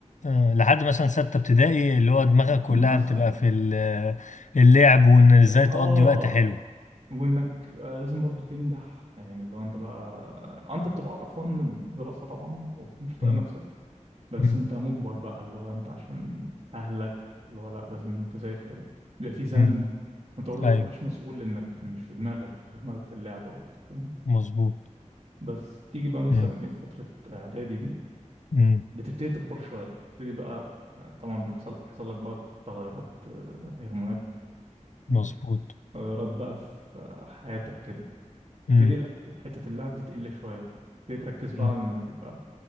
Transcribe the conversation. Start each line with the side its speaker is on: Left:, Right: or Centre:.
Left: آه، لحد مثلا ستة ابتدائي اللي هو دماغك كلها
Right: مثلا
Left: بتبقى في ال- اللعب وان ازاي تقضي
Right: اه
Left: وقت حلو
Right: وانك آه، لازم برضو تنجح يعني لو انت بقى آه، انت بتبقى قرفان من الدراسة طبعا ومش طايق
Left: امم
Right: نفسك بس
Left: امم
Right: انت مجبر بقى اللي هو انت عشان اهلك اللي هو لا لازم تذاكر بيبقى في زن
Left: امم
Right: وانت برضه
Left: ايوه
Right: ما بتبقاش مسؤول انك مش في دماغك انت دماغك في اللعب برضه فاهم
Left: مظبوط
Right: بس تيجي بقى مثلا
Left: امم
Right: ايه في فترة اعدادي دي
Left: امم
Right: بتبتدي تكبر شوية بتبتدي بقى آه، طبعا بيحصل يحصل لك بقى تغيرات آه، هرمونات
Left: مظبوط
Right: <laughs> تغيرات بقى في آه، حياتك كده تبتدي
Left: امم
Right: ال- حتة اللعب دي تقل شوية تبتدي تركز بقى
Left: امم
Right: على انك يبقى